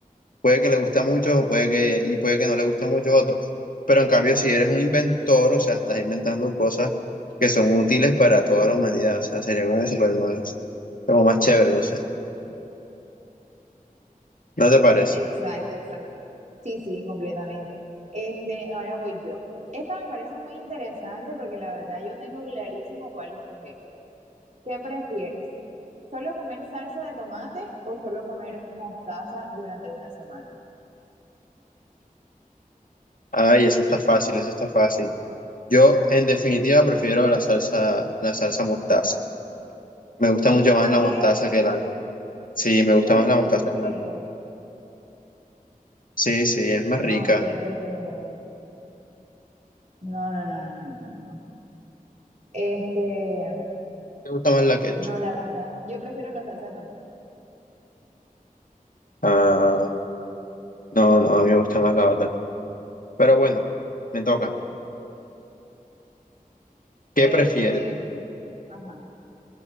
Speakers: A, on the left; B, on the right.
A: puede que le guste a muchos o puede que, y puede que no le guste a muchos otros. Pero en cambio, si eres un inventor, o sea, estás inventando cosas que son útiles para toda la humanidad, o sea, sería como super más, como más chévere, no sé. ¿No te parece?
B: Exacto, exacto. Sí, sí, completamente. Este, ahora voy yo. Esta me parece muy interesante porque la verdad yo tengo clarísimo cuál escoger. ¿Qué prefieres? ¿Solo comer salsa de tomate o solo comer mostaza durante una semana?
A: Ay, esa está fácil, esa está fácil. Yo, en definitiva, prefiero la salsa, la salsa mostaza. Me gusta mucho más la
B: ¿Qué?
A: mostaza que la... Sí, me
B: Uy,
A: gusta más
B: no
A: la mostaza.
B: te creo.
A: que la- Sí, sí, es más
B: No
A: rica.
B: te creo. No, no, no, no, no, no, no. Este,
A: Me gusta más la ketchup.
B: no, la verdad, yo prefiero la salsa de tomate.
A: Ah, no, no, a mí me gusta más la otra. Pero bueno, me toca.
B: Este,
A: ¿Qué prefieres?
B: ajá.